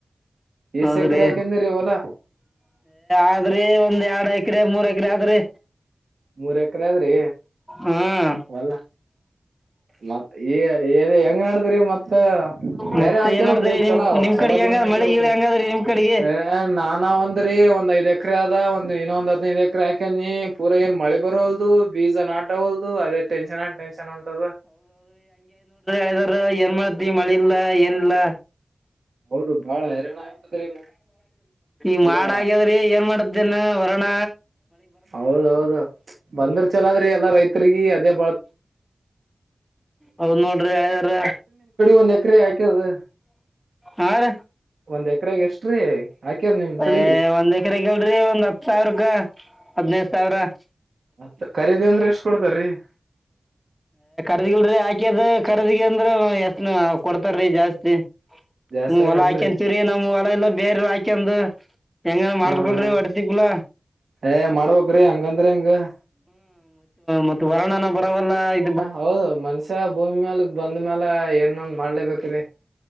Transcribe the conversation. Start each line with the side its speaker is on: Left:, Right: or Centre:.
Centre: ಹೌದ್ರಿ
Right: ಎಸ್ ಎಕರೆ ಹಾಕಂದಿರಿ ಹೊಲ
Centre: ಆದ್ರಿ ಒಂದ್ ಎರಡು ಎಕರೆ ಮೂರಗಲಿ ಆದ್ರೆ
Right: ಮೂರ್ ಎಕರೆ ಅದ್ರಿ
Centre: ಹ್ಮ್
Right: ಒಲ್ಲ ಮತ್ ಈ ಹೆಂಗ್ ನಡದ್ರಿ ಮತ್ತ
Centre: ಮತ್ತೆ
Right: ಬೇರೆ ಹಾಕೇಬ್ರೀ
Centre: ಏನ್ ನಡ್ದ್ರಿ ನಿಮ್
Right: ಚಲೋ
Centre: ನಿಮ್
Right: ಚಛಲೋ
Centre: ಕಡೆಗೆ ಹೆಂಗ
Right: ಭೂಮಿ ಹಾಕೇಬೇಕ್ರೀ
Centre: ಮಳಿ ಗಿಳಿ ಹೆಂಗದ್ರಿ ನಿಮ್ ಕಡೆಗೆ
Right: ಏ ನಾನ ಒಂದ್ರೀ ಒಂದ ಐದು ಎಕರೆ ಆದದ ಒಂದು ಇನ್ನೊ ಒಂದು ಹದಿನೈದು ಎಕರೆ ಹಾಕ ನೀ ಪೂರ ಏನ್ ಮಾಡಿ ಗಳಿ ಬರ್ ಹೊಲ್ದು ಬೀಜ ನ ಆಟ ಹೊಲ್ದು ಅದೇ ೆನ್ಷನ್ ಅನ್ಟೆನ್ಷನ್ ಉಂಟದ
Centre: ಾರ ಏನ್ ಮಾಡತಿವಿ ಮಳಿ ಇಲ್ಲ ಏನ್ ಇಿಲ್ಲ
Right: ಹೌದು ಬಾಳ ಹೈರಾಣ ಆಗ್ತದ್ರಿ
Centre: ಈ
Right: ಪೂರಾ
Centre: ಮಾಡ ಆಗ್ಯದ್ರಿ ಏನ್ ಮಾಡತೇನ್ ವರ್ಣ
Right: ಹೌದೌದು ಬಂದ್ರ ಚಲ ಆದ್ರಿ ಎಲ್ಲಾ ರೈತರಿಗಿ ಅದೇ ಬತ್ತು
Centre: ಹೌ್ ನೋಡ್ರಿ ಹೇಳದ
Right: ಒಂದ್ ಎಕರೆ ಹಾಕ್ಯದ
Centre: ಯಾರ
Right: ಒಂದ್ ಎಕರೆಗೆ ಎಷ್ಟ್ರೀ ಹಾಕ್ಯದ ನಿಮ್ ಕಡಿ
Centre: ಏ ಒಂದ್ ಎಕರೆಗಲ್ರಿ ಒಂದ್ ಹತ್ ಸಾವಿರಕ್ಕ <inaudible> ಹದ್ಿನೈದು ಸಾವಿರ <inaudible>
Right: ಮತ್ತ ಖರೀದಿ ಅಂದ್ರೆ ಎಷ್ಟ ಕೊಡ್ತಾರರಿ <inaudible>
Centre: ರರ್ದಿಲ್ೀ ಆಾಕ್ಯದ ಖರದಗ ಅಂದ್ರ ಎಷ್ಟ ಕೊಡ್ತಾರೀ ಜಾಸ್ತಿ <inaudible>
Right: ಜಾಸ್ತಿ
Centre: ಹ್ಮ ಹೊಲ
Right: ಅದನ್ರಿ
Centre: ಹಾಕಂತೀವರಿೀ ನಮ್ ಹೊಲ ಎಲ್ಲ ಬೇರೆ ಹಾಕಂದು <inaudible> ಹೆಂಗಏನ್ ಮಾಡ್ಕಲ್ರಿ
Right: ಹಾ ಹಾ
Centre: ಒಡ್ತಿ ಕೂಲ
Right: ಏ ಮಾಡವೋಗ್ರಿ ಹಂಗಂದ್ರ ಹಂಗ <inaudible>
Centre: ಮತ್ತು ವರ್ಣನ ಬರವಲ್ಲ <inaudible>
Right: ಹೌದು ಮನ್ಷ್ಯ ಭೂಮಿ ಮ್ಯಾಲ ಬಂದ ಮ್ಯಾಲ ಏನ್ಂದ ಮಾಡ್ಲೇಬೇಕ್ರಿ <inaudible>